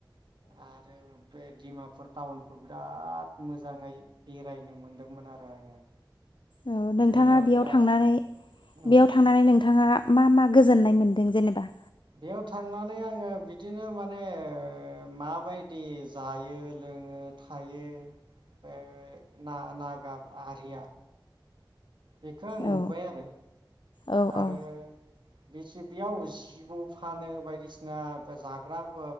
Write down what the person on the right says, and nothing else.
आरो बे डिमापुर टाउनखौ बिराद मोजाङै बेरायनो मोनदोंमोन आरो आङो।
बैयाव
बिराद
उम
बेयाव थांनानै आङो बिदिनो माने माबायदि जायो लोङो थायो बे ना नागाब आरिया बेखौ आं
नुबाय आरो
आरो
बे बेयाव जिबआव फानो बायदिसिना जाग्राव